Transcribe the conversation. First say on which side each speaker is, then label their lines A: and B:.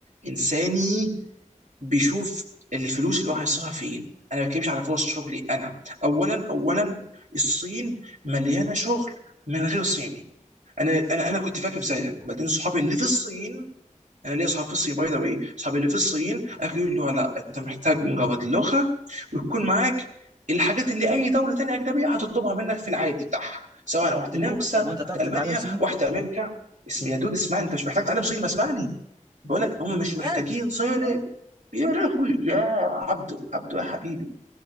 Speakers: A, on the right; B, on the right.
A: انساني بيشوف الفلوس اللي هو هيصرفها فين انا ما بتكلمش على فرص شغلي انا اولا اولا الصين مليانه شغل من غير صيني انا انا انا كنت فاكر زيك وبعدين صحابي اللي في الصين انا ليا اصحاب في الصين باي ذا واي اصحابي اللي في الصين اكيد يقولوا لا انت محتاج مجرد لغه ويكون معاك الحاجات اللي اي دوله تانيه اجنبيه هتطلبها منك في العادي بتاعها سواء واحده
B: اللغه
A: نمسا
B: طب وانت تعرف
A: واحده المانيا
B: تتعلم صيني
A: واحده امريكا اسم يا دود اسمعني انت مش محتاج تعلم صيني ما اسمعني بقول لك هم
B: لا
A: مش
B: محتاج
A: محتاجين صيني يا لهوي يا عبدو عبدو يا حبيبي